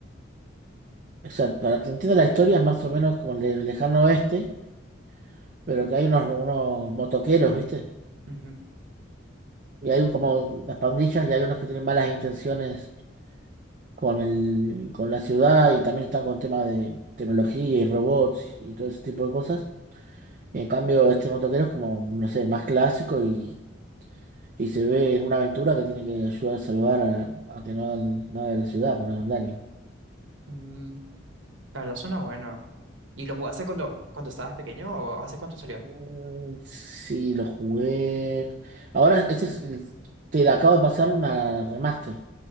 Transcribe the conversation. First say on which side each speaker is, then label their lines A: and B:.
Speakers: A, on the right; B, on the right.
A: O sea, para que entienda la historia es más o menos como el de Lejano Oeste, pero que hay unos, unos motoqueros, ¿viste?
B: Ujú.
A: Y hay como unas pandillas y hay unos que tienen malas intenciones con el, con la ciudad y también están con temas de tecnología y robots y todo ese tipo de cosas. Y en cambio, este motoquero es como, no sé, más clásico y, y se ve en una aventura que tiene que ayudar a salvar a, a que no hagan nada de la ciudad, que no hagan daño.
B: Mm, la verdad suena bueno. ¿Y lo jugaste cuando, cuando estabas pequeño o hace cuánto salió?
A: Mm, Sí, lo jugué. Ahora, este es, es- te acabo de pasar una remaster,